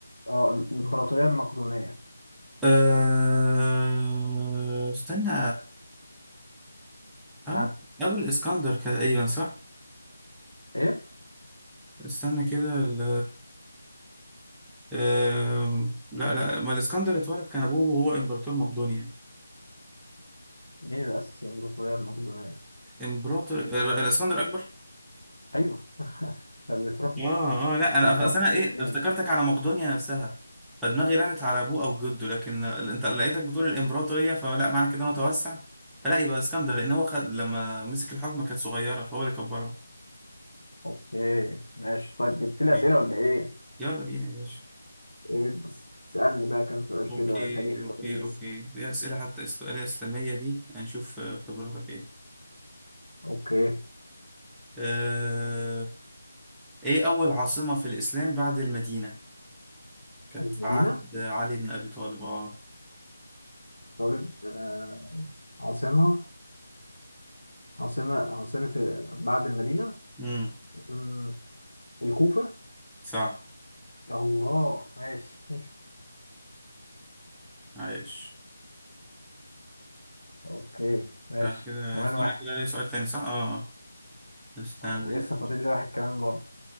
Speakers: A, on the left; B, in the centre.
A: اه الإمبراطورية المقدونية
B: آه استنى أبو
A: ها
B: أبو الإسكندر كده أيوة صح
A: إيه؟
B: استنى كده ال آه لا لا ما الإسكندر اتولد كان أبوه وهو إمبراطور مقدونيا
A: مين اللي أسس الإمبراطورية المقدونية؟
B: إمبراطور آه، الإسكندر أكبر
A: أيوه <laughs> أنت بتروح
B: اه اه لا انا
A: أنت بتروح
B: اصل انا
A: بعيد
B: ايه
A: ليه؟
B: افتكرتك على مقدونيا نفسها فدماغي رمت على ابوه او جده لكن انت لقيتك بتقول الامبراطوريه فلا معنى كده انه توسع فلا يبقى اسكندر لان هو خد لما مسك الحكم كانت صغيره فهو اللي كبرها
A: أوكي ماشي طيب جبت لي أسئلة
B: أوكي.
A: ولا إيه؟
B: يلا بينا يا باشا
A: إيه بس اسألني بقى كام سؤال
B: اوكي
A: كده تاريخ
B: اوكي
A: لذيذ
B: اوكي دي اسئله حتى اسئله اسلاميه دي هنشوف آه، خبراتك ايه
A: أوكي
B: آه... ايه اول عاصمه في الاسلام بعد المدينه كانت
A: المدينة
B: في عهد علي بن ابي طالب اه
A: طالب آه عاصمة عاصمة عاصمة بعد المدينة
B: امم
A: مم، الكوفة
B: صح
A: الله ماشي <laughs>
B: عايش
A: اوكي ماشي
B: تعالى كده
A: كمان
B: اسمع
A: واحد
B: كده ليه سؤال تاني صح؟ اه آه. استنى
A: ولسه فاضل لي واحد كمان برضه